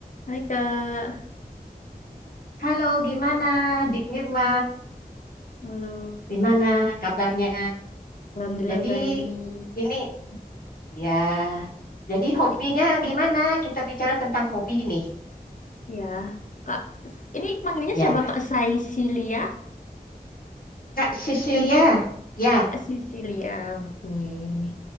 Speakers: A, on the left (about 55°); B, on the left (about 65°).
A: Hai Kak,
B: Halo, gimana Dik Nirma?
A: halo.
B: Gimana kabarnya?
A: Alhamdulillah
B: Jadi
A: baik.
B: ini ya, jadi hobinya
A: Ya,
B: gimana? Kita bicara tentang hobi nih.
A: ya. Kak, s- ini panggilnya
B: Ya,
A: siapa Kak? Saisilia?
B: Kak Cecilia. Ya,
A: Kak Sisilia, oke.